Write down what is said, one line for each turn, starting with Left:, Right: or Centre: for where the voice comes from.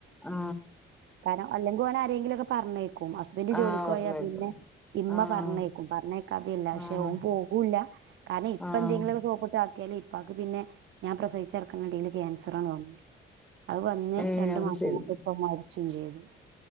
Centre: ഉം
Right: കാരണം അല്ലെങ്കി ഓനെ ആരെങ്കിലൊക്കെ പറഞ്ഞേക്കും. ഹസ് ബന്റ് ജോലിക്ക്
Centre: ആഹ്
Right: പോയാ
Centre: പറഞ്ഞേക്കും
Right: പിന്നെ ഇമ്മ
Centre: ആഹ്
Right: പറഞ്ഞേക്കും. പറഞ്ഞേക്കാത്തേയല്ല. പക്ഷേ
Centre: ആഹ്
Right: ഓൻ പോകൂല്ല. കാരണം ഇപ്പ
Centre: ആഹ്
Right: എന്തെങ്കിലൊക്ക സോപ്പ്ട്ട് ആക്കിയാലേ. ഇപ്പാക്ക് പിന്നെ ഞാൻ പ്രസവിച്ചടക്കണടേല് ക്യാൻസറങ്ങ് വന്നു. അത് വന്ന്
Centre: ഏഹ്
Right: രണ്ടു
Centre: അത്
Right: മാസം
Centre: ശരി
Right: കൊണ്ട് പ്പ മരിച്ചും ചെയ്തു.